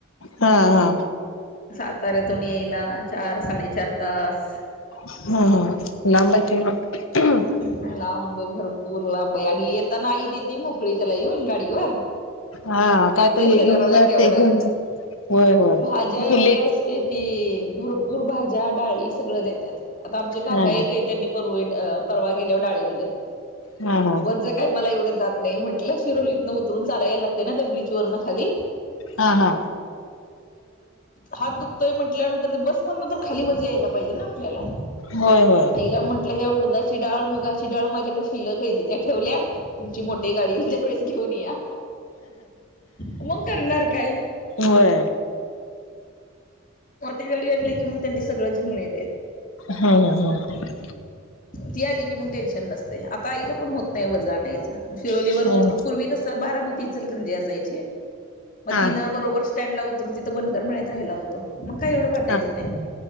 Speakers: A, on the left (about 85°); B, on the left (about 40°).
A: हा हा.
B: साताऱ्याहून यायला चार साडेचार तास लागतात
A: ते लांब आहे ना ती माहित आहे मला
B: लांब आई येऊ दे की त्याला एकटं मोकळा गाडीवरून
A: हा कायतरी हे
B: शेजाऱ्याला
A: घेऊन जा
B: केवढी
A: ते घेऊन
B: जागा असली तरी कमीच असते
A: जा होय होय
B: भाज्या एवढ्या
A: लेक
B: असते ती. भरपूर भाज्या डाळी सगळ देतात आता आमच्या काका
A: हा
B: एक आहे त्यांनी परवा गेलो डाळी दिल्या
A: हा हा
B: वज काही मला ऐवढ जात नाही म्हटलं. शिरोलीतून उतरून चालायला लागतं ना त्या ब्रीज वरून खाली.
A: हा हा
B: हात दुखतोय म्हटलं तर बस मधून खाली वज यायला लागत. पाहिजे ना आपल्याला
A: होय होय
B: आईला म्हटलं ह्या उडदाची डाळ मुगा डाळ माझ्याकडे शिल्लक आहे त त्या ठेवल्या. तुमची मोठी गाडी त्यावेळेस घेऊन या. मग करणार काय?
A: होय
B: मोठीे गाडी आणली की मग त्यांनी सगळं घेऊन येत.
A: हम् हम हम.
B: ती आली कि मग टेन्शन नसते आता आईला पण होत नाही वज आणायचं. शिरोलीवर
A: हं
B: उतरून पूर्वी कस बारामतीचल म्हणजे असायची म
A: हा
B: तिनं बरोबर. स्टँडला उतर तिं बनर म्हण्यातत राहिला होतो. मग काय एवढं वाटायचं
A: हा
B: नाही